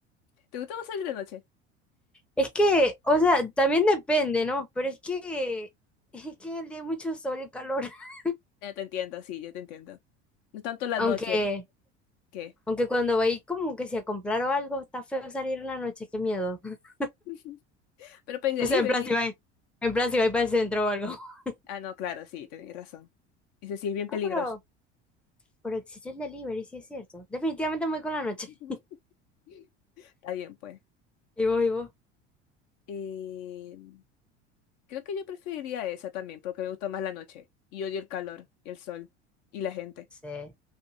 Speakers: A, on the left; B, in the centre.
A: ¿Te gusta más salir de noche?
B: Es que, o sea, también depende, ¿no? Pero es que, es que en el día hay mucho sol y calor. <laughs>
A: Ya te entiendo, sí, yo te entiendo. No es tanto la
B: Aunque...
A: noche que.
B: Aunque cuando va ahí como que si a comprar o algo, está feo salir en la noche, qué miedo. <laughs>
A: <laughs> Pero Pay Delivery.
B: O sea, en plan si va ahí- en plan si va ahí para el centro o algo. <laughs>
A: Ah, no, claro, sí, tenéis razón. Ese sí es bien
B: Ah,
A: peligroso.
B: pero, pero existe el delivery, sí es cierto. Definitivamente me voy con la noche.
A: <laughs>
B: <laughs>
A: Está bien, pues.
B: Y vos, y vos.
A: Eh, creo que yo preferiría esa también, porque me gusta más la noche. Y odio el calor, y el sol, y la gente.
B: Sí,